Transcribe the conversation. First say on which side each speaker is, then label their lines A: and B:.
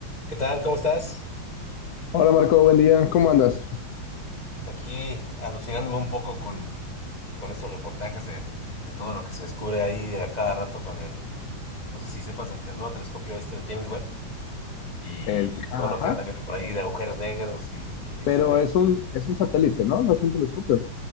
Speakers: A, on the left (about 20°); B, on the left (about 65°).
A: ¿Qué tal? ¿Cómo estás?
B: Hola Marco, buen día, ¿cómo andas?
A: Pues Aquí alucinándome un poco con, con estos reportajes de, de todo lo que se descubre ahí a cada rato con el, no sé si sepas del, del nuevo telescopio este, el James Webb, y,
B: El,
A: y
B: ajá,
A: todo lo que anda viendo por ahí de agujeros negros y, y este...
B: pero es un, es un satélite, ¿no? No es un telescopio.